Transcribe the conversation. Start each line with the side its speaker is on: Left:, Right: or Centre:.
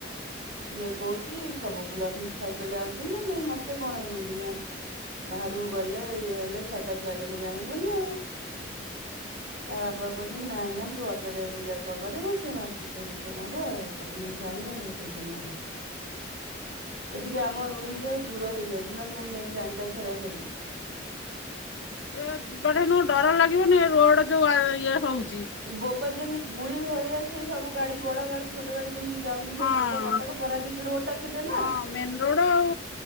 Right: ସିଏ କହୁଚି ସବୁ ପିଲା ପୁଣି ସାଇକେଲ ଆାଉଚନ୍ତି ନା ନାଇଁ ମତେ କଣ ଏମିତି ମୁଁ ବାହାରକୁ ଗଲେ ଇଏ ହେଲେ ସାଇକେଲ ଚଲେଇଲେ ଜାଣିବନି ଆଉ। ତା ବାବା କହୁଛନ୍ତି ନାଇଁ ନାଇଁ ତୁ ଅଟୋ ଟେ ରିଜର୍ଭ କରିବୁ ସେ ମାସିକିଆ ଯେତେ ନବ ତାକୁ ନେଇ ଛାଡ଼ିବ ଟିୟୁସନ୍ ରୁ ଆଣିବ। ସେଠିକି ଆମ ଠୁ ଠାରୁ ଦୂର ହେଇଯାଉଚି, ନହେଲେ ମୁଁ ନେଇକି ଯାଆନ୍ତି ତାକୁ ଛାଡ଼ିବାକୁ ଚାଲିିକି।
Left: ଏ ଯିବାଟା ନୁହଁ ଡର ଲାଗିବନି ରୋଡ୍ ଯୋଉ ଇଏ ହଉଚି।
Right: ବୋପା ଯେମତି ଗୁଳି ଭଳିଆ ସେ ସବୁ ଗାଡି ବଡ ଗାଡି ଛୋଟ ଗାଡି ଯେମିତି ଯାଉଚି
Left: ହଁ
Right: ଲୋ ବୋପା କଟକ ପରାଦ୍ଵୀପ ରୋଡ ଟା ସେଟା ନା।
Left: ହଁ ମେନ ରୋଡ ଆଉ